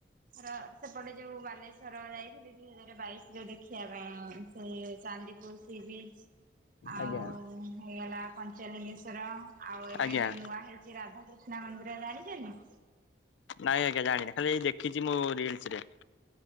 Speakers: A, on the right (about 45°); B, on the left (about 80°).
A: ର ସେପଟେ ଯୋଉ ବାଲେଶ୍ଵର ଯାଇଥିଲି ଦୁଇ ହଜାର ବାଇଶରେ ଦେଖିବା ପାଇଁ ସେ ଚାନ୍ଦିପୁର୍ ସି ବିଚ୍। ଆଉ
B: ଆଜ୍ଞା
A: ହେଇଗଲା ପଞ୍ଚଲିଙ୍ଗେଶ୍ଵର ଆଉ ଏବେ
B: ଆଜ୍ଞା
A: ଯୋଉ ନୂଆ ହେଇ ଚି ରାଧାକୃଷ୍ଣ ମନ୍ଦିର ଜାଣିଚନ୍ତି?
B: ନାଇଁ ଆଜ୍ଞା ଜାଣିନି ଖାଲି ଏଇ ଦେଖିଚି ମୁଁ ରିଲସ୍ ରେ।